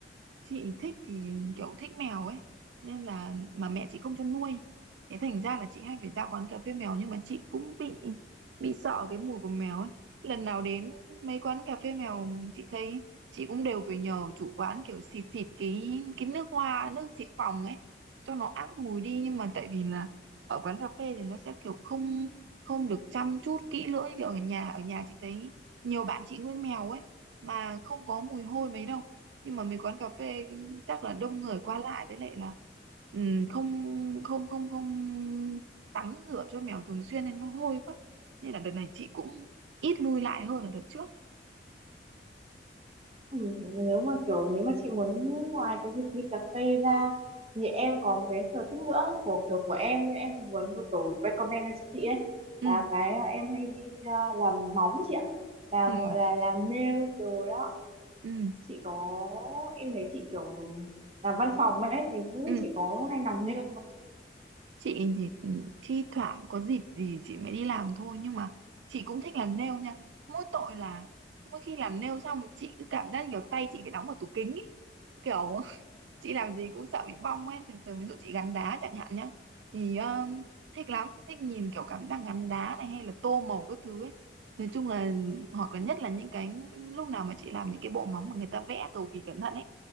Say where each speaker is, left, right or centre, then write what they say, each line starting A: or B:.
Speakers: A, on the right (about 80°); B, on the right (about 35°).
A: chị thích thì kiểu thích mèo ấy nên là mà mẹ chị không cho nuôi thế thành ra là chị hay phải ra quán cà phê mèo nhưng mà chị cũng bị bị sợ cái mùi của mèo ấy lần nào đến mấy quán cà phê mèo chị thấy chị cũng đều phải nhờ chủ quán kiểu xịt xịt cái cái nước hoa nước xịt phòng ấy cho nó át mùi đi nhưng mà tại vì là ở quán cà phê thì nó sẽ kiểu không không được chăm chút kỹ lưỡng như kiểu ở nhà ở nhà chị thấy nhiều bạn chị nuôi mèo ấy mà không có mùi hôi mấy đâu nhưng mà mấy quán cà phê chắc là đông người qua lại với lại là ừm, không không không không tắm rửa cho mèo thường xuyên nên nó hôi quá nên là đợt này chị cũng ít lui lại hơn là đợt trước
B: Ừ, nếu mà kiểu nếu mà chị muốn ngoài cái việc đi cà phê ra thì em có một cái sở thích nữa của kiểu của em nhưng em cũng muốn một tổ recommend cho chị ấy
A: ừ
B: là cái à, em hay đi ờ, làm móng chị ạ làm
A: ừ
B: gọi là làm nails rồi đó
A: ừ
B: chị có em thấy chị kiểu làm văn phòng ấy thì không
A: ừ
B: biết chị có hay làm nails không
A: chị thì ừ, thi thoảng có dịp gì chị mới đi làm thôi nhưng mà chị cũng thích làm nail nha mỗi tội là mỗi khi làm nail xong chị cứ cảm giác kiểu tay chị phải đóng vào tủ kính ấy kiểu chị làm gì cũng sợ bị bong ấy thường thường ví dụ chị gắn đá chẳng hạn nhá thì um, thích lắm thích nhìn kiểu cảm giác gắn đá này hay là tô màu các thứ ấy nói chung là hoặc là nhất là những cái lúc nào mà chị làm những cái bộ móng mà người ta vẽ cầu kỳ cẩn thận ấy